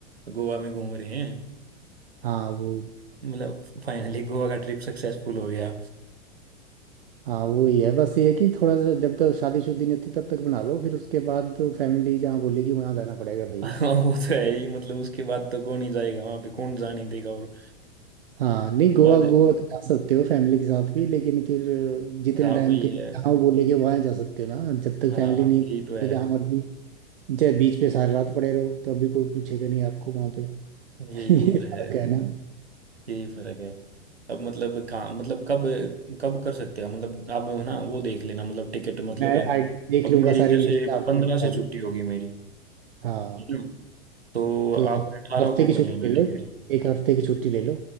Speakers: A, on the right; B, on the right.
A: गोवा में घूम रहे हैं
B: हाँ वो
A: मतलब फाइनली गोवा का ट्रिप सक्सेसफुल हो गया
B: हाँ वो ही है बस ये है कि थोड़ा सा जब तक शादीशुदी नहीं होती तब तक बना लो फिर उसके बाद तो फैमिली जहाँ बोलेगी वहाँ जाना पड़ेगा भाई
A: <laughs> वो तो है ही मतलब उसके बाद तो कौन ही जाएगा वहां पे कौन जाने देगा और
B: हाँ नहीं गोवा
A: बाद
B: गोवा तो जा सकते हो फैमिली के साथ भी लेकिन फिर जितने
A: हाँ
B: टाइम
A: वही
B: के लिए
A: है
B: जहाँ वो बोलेगे वहाँ जा सकते हो ना जब तक
A: हाँ
B: फैमिली नहीं
A: यही
B: बोलती,
A: तो है
B: तो जहाँ मर्जी चाहे बीच पे सारी रात पड़े रहो तो अभी कोई पूछेगा नहीं आपको वहाँ पे <laughs>
A: यही
B: ये
A: वो तो
B: फर्क
A: है
B: है ना
A: यही फर्क है अब मतलब कहाँ मतलब कब कब कर सकते हैं मतलब आप ना वो देख लेना मतलब टिकट मतलब
B: मैं
A: है
B: आई देख
A: अब
B: लूंगा
A: मेरी
B: सारी
A: जैसे
B: लिस्ट आपको
A: पंद्रह
B: बता
A: से
B: दूँ
A: छुट्टी होगी मेरी
B: हाँ
A: ठीक है? तो
B: तो
A: आप
B: आप
A: अठारह
B: हफ्ते
A: को
B: की
A: कर
B: छुट्टी
A: लेना
B: ले लो
A: टिकट
B: एक हफ्ते की छुट्टी ले लो